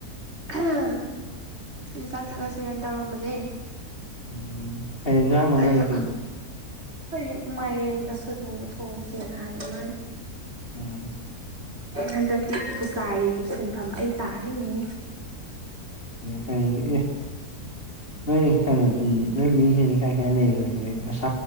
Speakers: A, on the right; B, on the left.
A: ꯑꯍꯝ ꯑꯩꯖꯨ ꯆꯥꯛ ꯊꯥꯒꯠꯁꯤꯔꯅ ꯇꯧꯔꯝꯕꯅꯦ
B: ꯎꯝ ꯀꯩ ꯏꯟꯖꯥꯡꯅꯣ
A: ꯑꯩꯌꯣ
B: ꯅꯣꯏꯗꯤ
A: ꯑꯈꯣꯏꯗꯤ ꯃꯥꯏꯔꯦꯟꯒ ꯁꯣꯏꯕꯨꯝꯒ ꯊꯣꯡꯁꯦꯅ ꯍꯥꯏꯌꯦ ꯏꯃꯥꯅ
B: ꯎꯝ
A: ꯍꯟꯗꯛꯇꯤ ꯄꯨꯆꯥꯥꯔꯤ ꯁꯤꯟꯐꯝ ꯑꯩ ꯇꯥꯔꯦꯅꯦꯍꯦ
B: ꯐꯩꯌꯦ ꯐꯩꯌꯦ ꯑꯦ ꯅꯣꯏ ꯀꯩꯅꯣꯗꯤ ꯅꯣꯏ ꯃꯤꯈꯩꯗꯤ ꯀꯥꯏ ꯀꯥꯏ ꯂꯩꯈ꯭ꯔꯒꯦ ꯃꯁꯛ